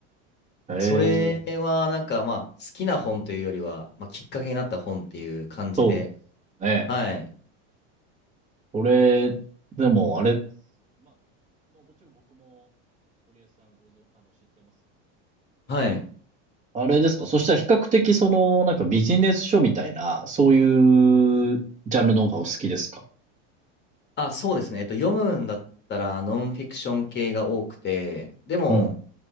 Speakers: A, on the right; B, on the left.
A: えー、
B: それはなんかまあ好きな本というよりは、まあ、きっかけになった本っていう感じで。
A: そうですね。
B: はい。
A: それ、でも
B: はい。
A: あれですかそしたら比較的その、なんかビジネス書みたいな、そういうジャンルの方がお好きですか
B: あ、そうですね。えっと、読むんだったらノンフィクション系が多くて、でも
A: うん。